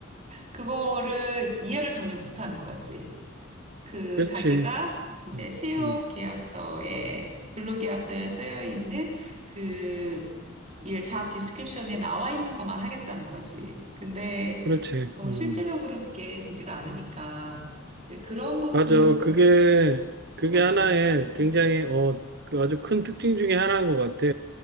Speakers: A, on the right; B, on the right.
A: 그거를 이해를 전혀 못하는 거지. 그
B: 그렇지.
A: 자기가 이제
B: 음,
A: 채용
B: 음,
A: 계약서에 근로계약서에 쓰여 있는 그 일 잡 디스크립션에 나와 있는 것만 하겠다는 거지. 근데
B: 그렇지.
A: 어,
B: 음,
A: 실제적으로는 그게 되지가 않으니까 이제 그런 부분에서
B: 맞아.
A: 또
B: 그게,
A: 오는
B: 그게
A: 갈등도
B: 하나의
A: 크고
B: 굉장히, 어, 그 아주 큰 특징 중에 하나인 것 같아.